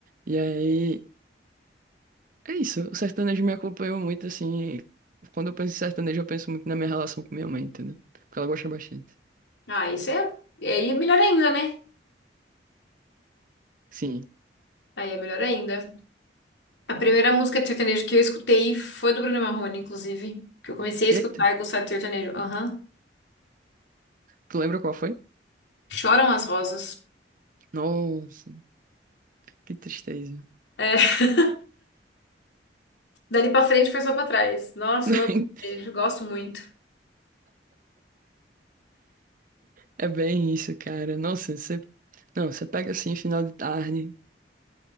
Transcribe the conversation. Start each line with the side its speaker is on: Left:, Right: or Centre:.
Right: E aí. É isso, o sertanejo me acompanhou muito, assim. Quando eu penso em sertanejo, eu penso muito na minha relação com minha mãe, entendeu? Porque ela gosta bastante.
Left: Ah, isso é. E aí é melhor ainda, né?
Right: Sim.
Left: Aí é melhor ainda. A primeira música de sertanejo que eu escutei foi do Bruno Marrone, inclusive. Que eu comecei a escutar
Right: Eita,
Left: e gostar de sertanejo. Aham.
Right: tu lembra qual foi?
Left: Choram as rosas.
Right: Nossa, que tristeza.
Left: É. <laughs> Dali pra frente foi só pra trás. Nossa,
Right: <laughs>
Left: eu amo sertanejo, gosto muito.
Right: É bem isso, cara. Nossa, você. Não, você pega assim, final de tarde,